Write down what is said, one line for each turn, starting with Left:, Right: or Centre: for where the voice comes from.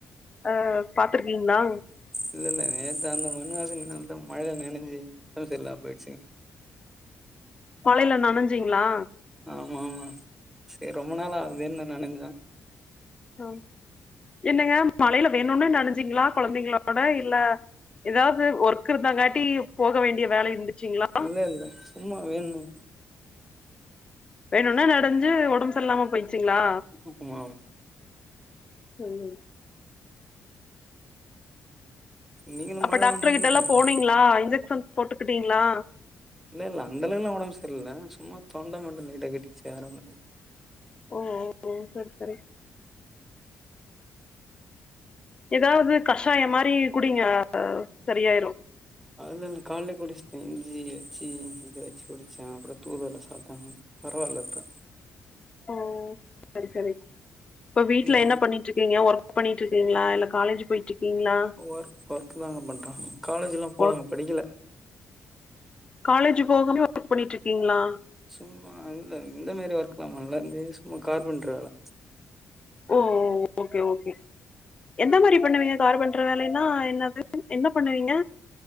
Left: அ பாத்துருக்கிங்ளா
Centre: இல்ல இல்ல நேத்து அந்த மண் வாசனனாலதா மழ நனஞ்சு ஒடம்பு சரில்லாம போயிடுச்சுங்
Left: மழையில நனைஞ்சிங்ளா
Centre: ஆமாமா செரி ரொம்ப நாள் ஆகுதேன்னு நா நனஞ்ச
Left: அ என்னங்க மழையில வேணுன்னே நனைஞ்சிங்ளா கொழந்தைங்களோட இல்ல எதாவது ஒர் க் இருந்தங்காட்டி போக வேண்டிய வேல இருந்துச்சுங்ளா
Centre: இல்ல இல்ல சும்மா வேணுனே
Left: வேணுன்னே நனஞ்சு ஒடம்பு செர்ல்லாம போயிர்ச்சுங்ளா
Centre: அமாம்
Left: சொல்லுங்
Centre: நீங்களு
Left: அப்ப
Centre: மழ
Left: டாக்டர்
Centre: வந்தா
Left: கிட்ட
Centre: என்ன
Left: எல்லா
Centre: பண்ணுவீங்க
Left: போனிங்ளா இன்ஜெக்ஷன் போட்டுக்கிட்டிங்ளா
Centre: இல்ல இல்ல அந்த அளவுக்குலா ஒடம்பு சரில்ல சும்மா தொண்ட மடடு லைட்டா கட்டிக்ச்சு வேற ஒன்னுல்
Left: ஓ ஓ ஓ சரி சரி ஏதாவது கஷாய மாரி குடிங்க சரியாயிரு
Centre: அதலா நா காலலே குடிச்ட்டே இஞ்சி வெச்சு இது வெச்சு குடிச்ச அப்பற தூதுவள சாப்ட்டங் பரவால்ல இப்ப
Left: ஓ சரி சரி இப்ப வீட்ல
Centre: இல்ல
Left: என்ன பண்ணிட்ருக்கிங்க ஒர்க் பண்ணிட்ருக்கிங்ளா இல்ல காலேஜ் போயிட்ருக்கிங்ளா
Centre: ஒர்க் ஒர்க் தாங்க பண்ற காலேஜெலா போலங்க
Left: ஒர்க்
Centre: படிக்கல
Left: காலேஜ் போகாம ஒர்க் பண்ணிட்ருக்கிங்ளா
Centre: சும்மா இல்ல இந்த மாரி ஒர்க்லா பண்ல சும்மா கார்பென்டரு வேல
Left: ஓ ஓ ஓ ஓகே ஓகே எந்த மாரி பண்ணுவிங்க கார்பென்டர் வேலைன்னா என்னது என்ன பண்ணுவிங்க